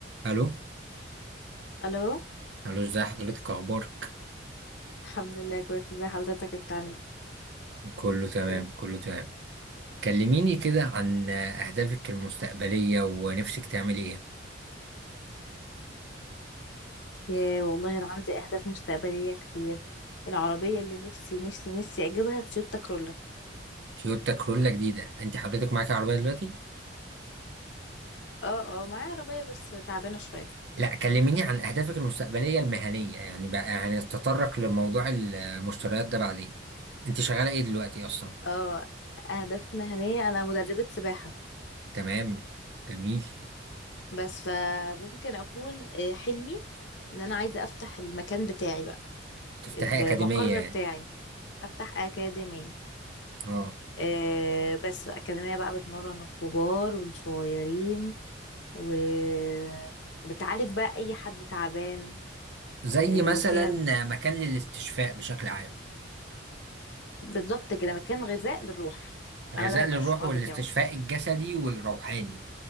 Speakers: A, on the right; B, on the left.
A: الو
B: الو
A: الو ازي حضرتك اخبارك
B: الحمد لله كويس ازي حضرتك انت عامل
A: كله تمام
B: ايه
A: كله تمام كلميني كده عن اهدافك المستقبليه ونفسك تعملي ايه
B: يا والله انا عندي اهداف مستقبليه كتير العربيه اللي نفسي نفسي نفسي اجيبها تويوتا كرولا
A: تويوتا كرولا جديده انت حضرتك معاكي عربيه دلوقتي
B: اه اه معايا عربيه بس تعبانه شويه
A: لا كلميني عن اهدافك المستقبليه المهنيه يعني بقى هنتطرق لموضوع المشتريات ده بعدين انت شغاله ايه دلوقتي اصلا
B: اه اهداف مهنيه انا مدربه سباحه
A: تمام جميل
B: بس فممكن اكون آه، حلمي ان انا عايزه افتح المكان بتاعي بقى
A: تفتحي
B: المقر
A: اكاديميه يعني
B: بتاعي افتح اكاديميه
A: اه
B: آه، بس اكاديميه بقى بتمرن الكبار والصغيرين وبتعالج بقى اي حد تعبان
A: زي
B: آه،
A: مثلا
B: وفيها
A: مكان للاستشفاء بشكل عام
B: بالظبط كده مكان غذاء للروح
A: غذاء
B: انا ده هيبقى
A: للروح
B: الشعار
A: والاستشفاء
B: بتاعه
A: الجسدي والروحاني